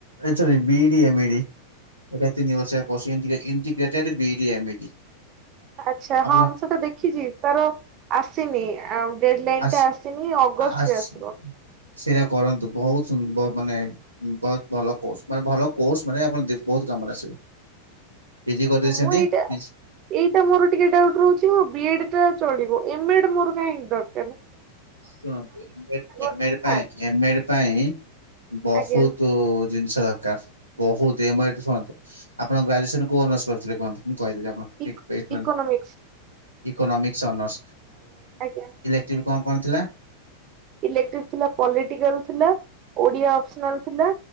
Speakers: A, on the right (about 80°); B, on the right (about 35°).
A: ଏଥେରେ B D M E D. ଏଟା ତିନି ବର୍ଷିଆ course. ଇଣ୍ଟିଗ୍ରେ integrated B E D M E D
B: ଆଛା ହଁ
A: ଆପଣ
B: ମୁଁ ସେଟା ଦେଖିଛି। ତାର ଆସିନି ଆଁ ଡେଡ ଲାଇନ୍
A: ଆସ
B: ଟା ଆସିନି, ଅଗଷ୍ଟରେ
A: ଆସ
B: ଆସିବ।
A: ସେଇଟା କରନ୍ତୁ। ବହୁତ ସୁନ ବ ମାନେ ବହୁତ ଭଲ କୋର୍ସ ମାନେ ଭଲ କୋର୍ସ ମାନେ ଆପଣ ଦେ ବହୁତ କାମରେ ଆସିବ। ପିଜି କରିଦେଇଛନ୍ତି?
B: ମୁଁ ଏଇଟା
A: ପିଜ୍
B: ଏଇଟା ମୋର ଟିକେ ଡାଉଟ୍ ରହୁଛି। ମୋ ବି ଏଡ ଟା ଚଳିବ ଏମ ଏଡ ମୋର କାହିଁକ ଡର
A: ଶୁଣନ୍ତୁ। ଏମ ଏଡ,
B: କରିଛି
A: ଏମ ଏଡ ପାଇଁ,
B: ନା
A: ଏମ ଏଡ ପାଇଁ ବହୁତୁ
B: ଆଜ୍ଞା
A: ଜିନିଷ ଦରକାର। ବହୁତ ଏମ ଏଡ ଶୁଣନ୍ତୁ। ଆପଣ ଗ୍ରାଜୁଏସନ କୋଉ ଅନର୍ସ କରିଥିଲେ କୁହନ୍ତୁ। ମୁଁ କହିଦେବି ଆପଣଙ୍କୁ। big
B: ଇକ
A: paper.
B: Economics
A: economics honours.
B: ଆଜ୍ଞା
A: ଷ୍ଟିମ୍‌ କଣ କଣ ଥିଲା?
B: ଇଲେଟ୍ରିକ୍ ଥିଲା, ପଲିଟିକାଲ ଥିଲା। ଓଡିଆ ଅପସନାଲ ଥିଲା।